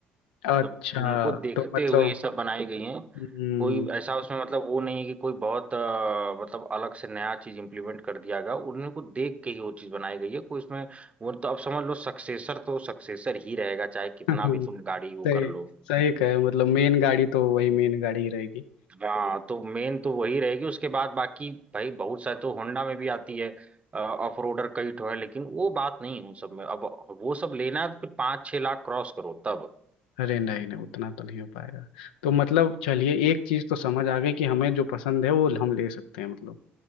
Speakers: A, on the right; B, on the left.
A: मतलब
B: अच्छा
A: उनको देखते
B: तो मतलब
A: हुए ये सब बनाई गई हैं
B: हम्म
A: कोई ऐसा उसमें मतलब वो नहीं है कि कोई बहुत अ, मतलब अलग से नया चीज इंप्लीमेंट कर दिया गया उन्हीं को देख के ही वो चीज बनाई गई है कोई उसमें वो तो अब समझ लो सक्सेसर तो सक्सेसर ही रहेगा चाहे कितना
B: <laughs>
A: भी तुम गाड़ी वो
B: सही
A: कर लो
B: सही कहे मतलब मेन गाड़ी तो वही मेन गाड़ी ही रहेगी
A: हाँ तो मेन तो वही रहेगी उसके बाद बाकी भाई बहुत सारे तो होंडा में भी आती है ऑफ रोडर कई ठो है लेकिन वो बात नहीं है उन सब में अब वो सब लेना है तो फिर पाँच छह लाख क्रॉस करो तब
B: अरे नहीं नहीं उतना तो नहीं हो पाएगा तो मतलब चलिए एक चीज तो समझ आ गई कि हमें जो पसंद है वो हम ले सकते हैं मतलब